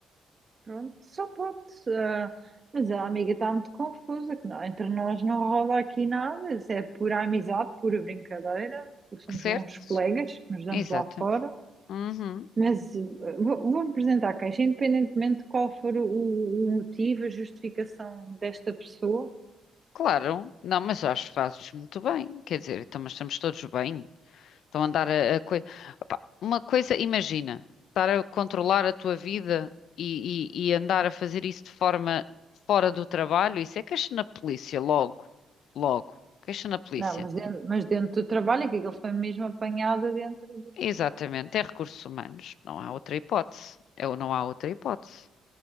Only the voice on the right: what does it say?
pronto, só pode. ah, mas a amiga está muito confusa, que não- entre nós não rola aqui nada, isso é pura amizade, pura brincadeira, somos
bons colegas que nos damos
lá fora.
Mas uh, vou- vou-me apresentar a queixa, independentemente de qual for o, o motivo, a justificação desta pessoa.
Não, mas dentro, mas dentro do trabalho, é que ele foi mesmo apanhado dentro do.